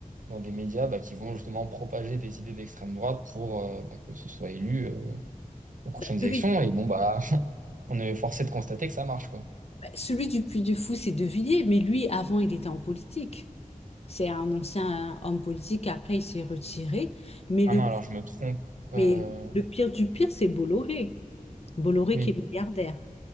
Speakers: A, on the right; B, on the left.
A: dans des médias bah, qui vont justement propager des idées d'extrême droite pour euh, bah, que ce soit élu euh, aux prochaines
B: Ben,
A: élections.
B: lui-
A: Et bon, bah, <laughs> on est forcé de constater que ça marche, quoi.
B: ben, celui du Puy du Fou, c'est De Villiers, mais lui, avant, il était en politique. C'est un ancien homme politique, après, il s'est retiré. Mais
A: Ah
B: le,
A: non, alors je me trompe.
B: mais
A: Euh,
B: le pire du pire, c'est Bolloré. Bolloré
A: oui,
B: qui est milliardaire.